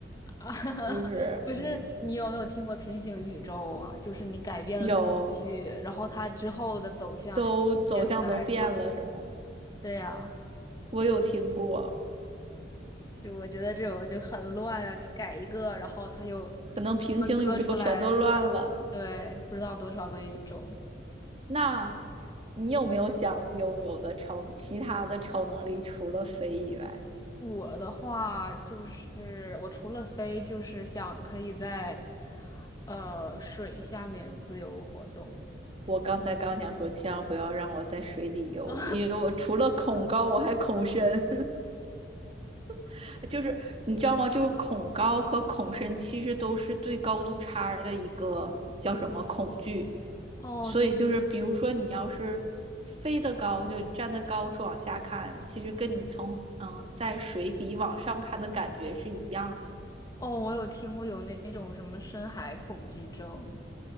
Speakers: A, on the left (about 20°); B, on the right (about 30°).
A: 啊！
B: 就是嗯，
A: 可是你有没有听过平行宇宙啊？就是你改变了的过去，
B: 有
A: 然后它之后的走向还是现在吗？
B: 都走向都变了，是吗？
A: 对呀，
B: 我有听过，
A: 就我觉得这种就很乱啊！你改一个，然后它就
B: 可能平行宇宙全都乱了。
A: 分割出来，对，不知道多少个宇宙。
B: 那你有没有想拥有的超其他的超能力，除了飞以外？
A: 我的话就是，我除了飞，就是想可以在呃水下面自由活动。
B: 我刚才刚想说，千万不要让我在水里游，
A: <laughs> 啊，
B: 因为我除了恐高，我还恐深。<laughs> 就是你知道吗？就是恐高和恐深其实都是对高度差的一个叫什么恐惧。
A: 哦，
B: 所以就是，
A: 这
B: 比如说你要是飞得高，就你站得高处往下看，其实跟你从嗯在水底往上看的感觉是一样的。
A: 哦，我有听过有那种什么深海恐惧症，